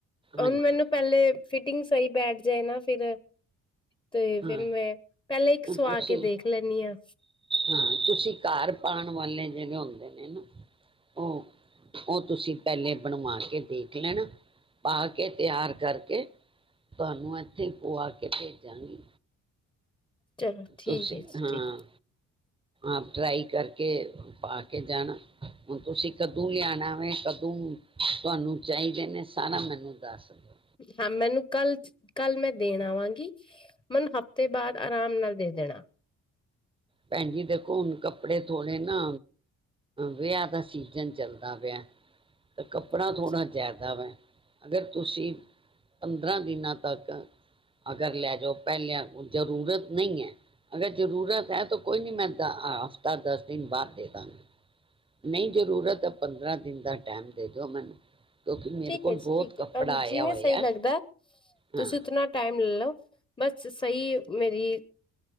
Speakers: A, on the left (about 15°); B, on the right (about 15°).
A: ਹੁਨ
B: ਹਾਂਜੀ
A: ਮੈਨੂੰ ਪੈਲੇ ਫਿਟਿੰਗ ਸਈ ਬੈਠ ਜਾਏ ਨਾ ਫਿਰ ਤੇ ਫਿਰ
B: ਹਾਂ
A: ਮੈ, ਪੈਲੇ ਇੱਕ ਸੁਆ
B: ਤੁਸੀਂ
A: ਕੇ ਦੇਖ ਲੈਨੀ ਆਂ।
B: ਹਾਂ, ਤੁਸੀ ਘਰ ਪਾਣ ਵਾਲੇ ਜਿਂਵੇ ਹੁੰਦੇ ਨੇ ਨਾ। ਓ ਓ ਤੁਸੀ ਪੈਲੇ ਬਣਵਾ ਕੇ ਦੇਖ ਲੈਣਾ। ਪਾ ਕੇ ਤਿਆਰ ਕਰਕੇ, ਤੁਆਨੂੰ ਇੱਥੇ ਈ ਪੁਆ ਕੇ ਭੇਜਾਂਗੀ।
A: ਚਲੋ ਠੀਕ
B: ਤੁਸੀਂ
A: ਐ ਜੀ
B: ਹਾਂ
A: ਠੀਕ।
B: ਆਪ ਟਰਾਈ ਕਰਕੇ ਪਾ ਕੇ ਜਾਣਾ। ਹੁਣ ਤੁਸੀ ਕਦੁ ਲਿਆਣਾ ਵੇ, ਕਦੁ ਤੁਆਨੂੰ ਚਾਈਦੇ ਨੇ ਸਾਰਾ ਮੈਨੂੰ ਦੱਸ ਦੇਓ।
A: ਹਾਂ, ਮੈਨੂੰ ਕੱਲ ਕੱਲ ਮੈ ਦੇਣ ਆਵਾਂਗੀ ਮੇਨ ਹਫ਼ਤੇ ਬਾਅਦ ਆਰਾਮ ਨਾਲ ਦੇ ਦੇਣਾ।
B: ਭੈਣਜੀ ਦੇਖੋ ਹੁਨ ਕੱਪੜੇ ਥੋੜੇ ਨਾ ਵਿਆਆਂ ਦਾ ਸੀਜ਼ਨ ਚੱਲਦਾ ਪੇਆ, ਤੇ ਕੱਪੜਾ
A: ਅੱਛਾ
B: ਥੋੜਾ ਜ਼ਿਆਦਾ ਵਾ। ਅਗਰ ਤੁਸੀਂ ਪੰਦਰਾਂ ਦਿਨਾਂ ਤੱਕ ਅਗਰ ਲੈ ਜਾਓ ਪੈਲਿਆਂ ਜ਼ਰੂਰਤ ਨਈ ਐ, ਅਗਰ ਜ਼ਰੂਰਤ ਐ ਤੋਂ ਕੋਈ ਨੀ ਮੈਂ ਹਫ਼ਤਾ ਦਸ ਦਿਨ ਬਾਦ ਦੇ ਦਾਂਗੀ। ਨਈ ਜ਼ਰੂਰਤ ਤੇ ਪੰਦਰਾਂ ਦਿਨ ਦਾ ਟੈਮ ਦੇ ਦਓ ਮੈਨੂੰ। ਕਿਉਂਕਿ ਮੇਰੇ
A: ਠੀਕ
B: ਕੋਲ
A: ਐ ਜੀ
B: ਬਹੁਤ
A: ਠੀਕ
B: ਕੱਪੜਾ
A: ਐ, ਤਾਨੂੰ
B: ਆਇਆ
A: ਜਿਵੇਂ
B: ਹੋਇਆ
A: ਸਈ ਲੱਗਦਾ, ਤੁਸੀਂ
B: ਹਾਂ
A: ਉਤਨਾ ਟਾਈਮ ਲੈ ਲੋ। ਬਸ ਸਈ ਮੇਰੀ,